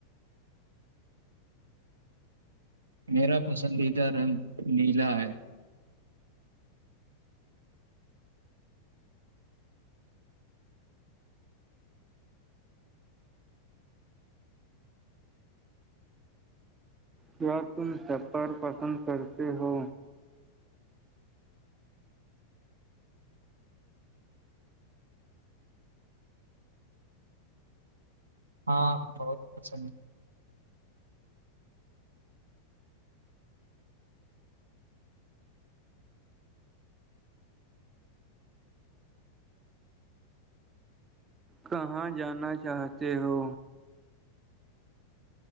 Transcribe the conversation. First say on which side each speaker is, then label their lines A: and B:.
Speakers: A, on the right; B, on the right.
A: میرا پسندیدہ رنگ نیلا ہے
B: کیا تم سفر پسند کرتے ہو
A: ہاں بہت پسند ہے
B: کہاں جانا چاہتے ہو